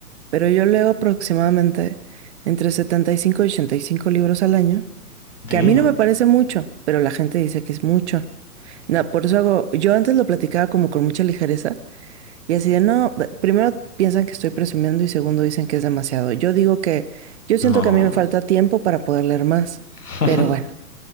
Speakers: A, on the right; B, on the left.
A: pero yo leo aproximadamente entre 75 y 85 libros al año,
B: Damn.
A: que a mí no me parece mucho, pero la gente dice que es mucho. No, por eso hago, yo antes lo platicaba como con mucha ligereza, y así de, no, b- primero piensan que estoy presumiendo y segundo dicen que es demasiado. Yo digo que yo siento
B: No.
A: que a mí me falta tiempo para poder leer más,
B: <laughs>
A: pero bueno.